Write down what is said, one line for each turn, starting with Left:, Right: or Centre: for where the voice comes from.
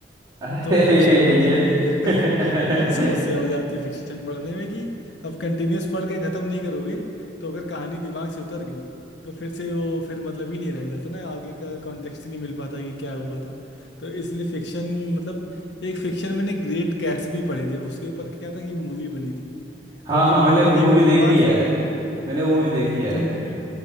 Right: अरे
Left: तो फिक्शन पढ़ने
Right: <laughs> ये
Left: में ये <laughs>
Right: <laughs>
Left: ये समस्या हो जाती है फिक्शन पढ़ने में कि अब कंटिन्यूस पढ़ के ख़त्म नहीं करोगे तो अगर कहानी दिमाग से उतर गई तो फिर से वो फिर मतलब ही नहीं रह जाता ना आगे का कॉन्टेक्स्ट ही नहीं मिल पाता कि क्या हुआ था तो इसलिए फिक्शन मतलब एक फिक्शन मैंने ग्रेट गैट्सबी पढ़ी थी अब उसके ऊपर क्या था कि मूवी बनी थी
Right: हाँ
Left: तो अब जब
Right: हाँ
Left: मूवी
Right: मैंने मूवी
Left: देखने
Right: देखी
Left: के बाद फिर
Right: है
Left: मैंने
Right: मैंने मूवी
Left: हाँ
Right: देखी है
Left: तो मूवी